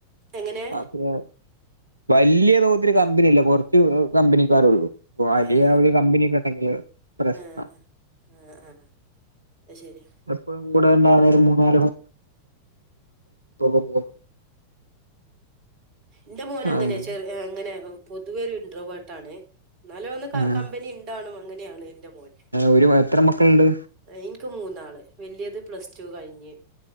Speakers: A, on the right; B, on the right.
A: എങ്ങനെ
B: രാത്രിയാ വല്ല്യ തോതില് കമ്പിനി ഇല്ല കൊറച്ച് കമ്പനിക്കാരെള്ളൂ വലിയ
A: ആഹ്
B: ഒരു കമ്പനിയൊക്കെ പ്രശ്നാ.
A: ആഹ് ആഹ് ആഹ് അത് ശരിയാ
B: പ്ലസ് വൺ കൂടെ യുണ്ടാണേലും മൂന്നാലു പേർ <unintelligible>
A: ന്റെ മോൻ അങ്ങനെയാ
B: അങ്ങനെ
A: ചെറിയ ആ അങ്ങനെ പൊതുവേ ഒരു ഇൻട്രോവേട്ടാണ് ന്നാലും ഒന്ന് ക
B: ആ
A: കമ്പനി ഇണ്ടാണും അങ്ങനെയാണ് ന്റെ മോ ൻ
B: ഒരു എത്ര മക്കളുണ്ട്
A: എനിക്ക് മൂന്നാള്. വലിയത് പ്ലസ് ടു കഴിഞ്ഞ്